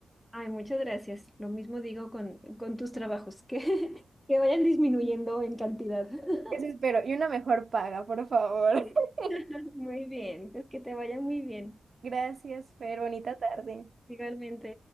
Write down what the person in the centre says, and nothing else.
Ay, muchas gracias. Lo mismo digo con, con tus trabajos, que, <laughs> que vayan disminuyendo en cantidad. <laughs>
Sí.
<laughs> Muy bien, pues que te vaya muy bien.
Igualmente.